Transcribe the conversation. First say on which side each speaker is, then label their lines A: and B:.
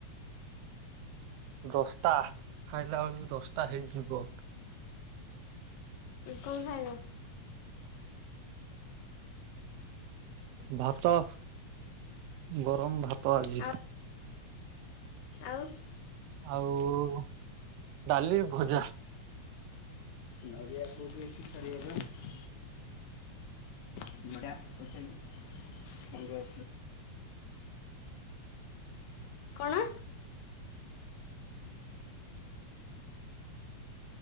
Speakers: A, on the right (about 80°); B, on the left (about 80°).
A: ଦଶଟା ଖାଇଲା ବେଳକୁ ଦଶଟା ହେଇଯିବ।
B: କଣ ଖାଇବ।
A: ଭାତ ଗରମ ଭାତ ଆଜି।
B: ଆଉ ଆଉ।
A: ଆଉ ଡାଲି ଭଜା।
B: ନଡ଼ିଆକୁ ବି <unintelligible> ବଡ଼ିଆ ପଶଙ୍ଗଛି। କଣ।